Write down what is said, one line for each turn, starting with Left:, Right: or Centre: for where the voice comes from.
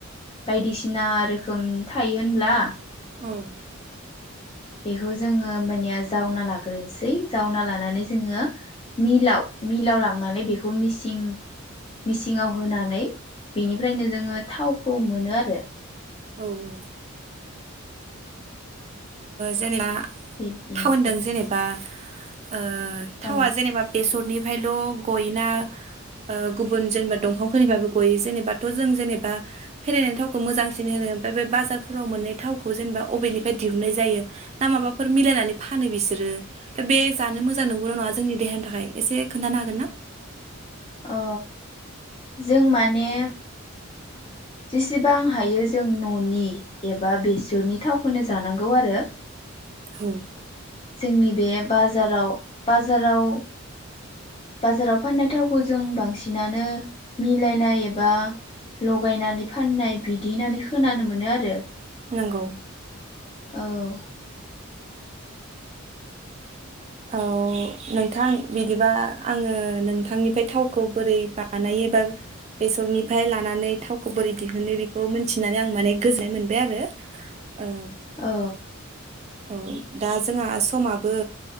Left: बायदिसिना रोखोम थायो होनब्ला
Right: औ
Left: बेखौ जोङो होमनिया जावना लागोन ग्रोनोसै जावना लानानै जोङो मिलाव मिलाव लांनानै बेखौ मिसिं मिसिंङाव होनानै बेनिफ्रायनो जोङो थाव मोनो आरो
Right: औ औ जेनेबा
Left: बिब्दिनोसै
Right: टाउनदों जेनेबा <inaudible> ओ थावा
Left: अ
Right: जेनेबा बेसरनि फायल' गयोना ओ गुबुन जेनेबा दंफांफोरनिफायबो गयो जेनेबाथ' जों जेनेबा फेरायनाय थावखौ मोजांसिन होनो ओमफाय बे बाजारफोराव मोनननाय थावखौ जेनेबा अबेनिफ्राय दिहुननाय जायो ना माबाफोर मिलायनानै फानो बिसोरो दा बे जानो मोजां नंगौना नङा जोंनि देहानि थाखाय एसे खोन्थानो हागोन ना
Left: अ जों माने जेसेबां हायो जों न'नि एबा बेसरनि थावखौनो जानांगौ आरो
Right: औ
Left: जोंनि बे बाजाराव बाजाराव बाजाराव फाननाय थावखौ जों बांसिनानो मिलायनाय एबा लगायनानै फाननाय बिदि होननानै खोनानो मोनो आरो
Right: नंगौ
Left: औ
Right: औ नोंथां बिदिबा आङो नोंथांनिफ्राय थावखौ बोरै बानायो बा बेसरनिफ्राय लानानै थावखौ बोरै दिहुनो बेखौ मोनथिनानै आं माने गोजोननाय मोनबाय आरो औ
Left: औ
Right: औ दा जोंहा समाबो